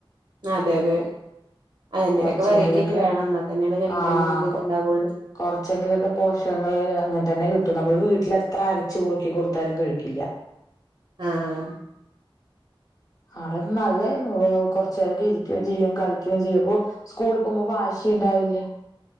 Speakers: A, on the right; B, on the left.
A: അതെ ലെ. അല്ല എന്തേലൊക്കെ
B: കൊറച്ചെങ്കിലൊക്കെ
A: വെറൈറ്റി അയിറ്റ് വേണം എന്നാൽ തന്നെയാണ് കഴിക്കാനും
B: ആഹ്
A: ന്റത്ണ്ടാവൊള്ളൂ.
B: കൊ കൊറച്ചെങ്കിലൊക്കെ പോഷകങ്ങൾ അങ്ങനെ തന്നെ കിട്ടും നമ്മള് വീട്ടിലെത്ര അരച്ച് കുറുക്കി കൊടുത്താലും കഴിക്കില്ല.
A: അഹ് ആഹ്.
B: അടെ നല്ലായിരുന്നു കൊർ ച്ചരൊക്കെ ഇരിക്കുകയും ചെയ്യും കളിക്കുകയും അപ്പൊ സ്കൂളിൽ പോകുമ്പോ വാശിണ്ടാവില്യ.